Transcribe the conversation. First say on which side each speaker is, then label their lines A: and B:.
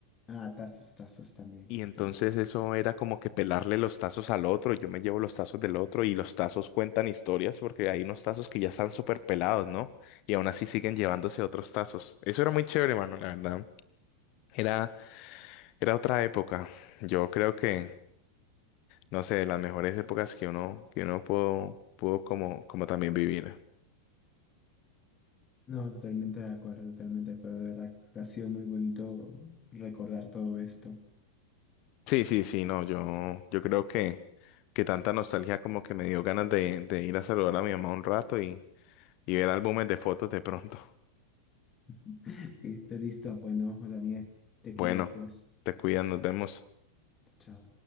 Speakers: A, on the left; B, on the left.
A: Ah, tazos, tazos también,
B: Y entonces
A: claro.
B: eso era como que pelarle los tazos al otro, yo me llevo los tazos del otro y los tazos cuentan historias porque hay unos tazos que ya están súper pelados, ¿no? Y aún así siguen llevándose otros tazos. Eso era muy chévere, mano, la verdad. Era, era otra época. Yo creo que, no sé, de las mejores épocas que uno, que uno pudo, pudo como, como también vivir.
A: No, totalmente de acuerdo, totalmente de acuerdo, de verdad. Ha sido muy bonito recordar todo esto.
B: Sí, sí, sí, no, yo, yo creo que, que tanta nostalgia como que me dio ganas de, de ir a saludar a mi mamá un rato y, y ver álbumes de fotos de pronto.
A: <laughs> Listo, listo. Bueno, Daniel, te
B: Bueno,
A: cuidas pues.
B: te cuidas, nos vemos.
A: Chao.